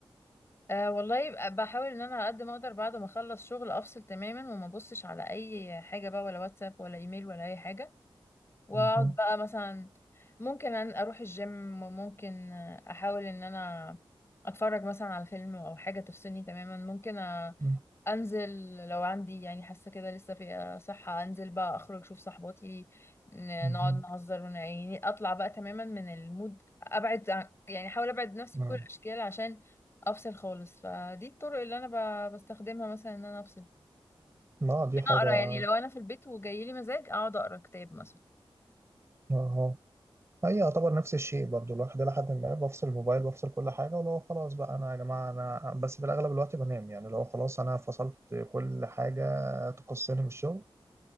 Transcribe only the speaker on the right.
مهم.
مهم.
مهم.
مم.
ما دي
حاجة
اهو هي يعتبر نفس الشيء برضو الواحد لحد ما بفصل الموبايل بفصل كل حاجة ولو خلاص بقى أنا يا جماعة أنا بس في الأغلب الوقت بنام يعني لو خلاص أنا فصلت كل حاجة تخصني بالشغل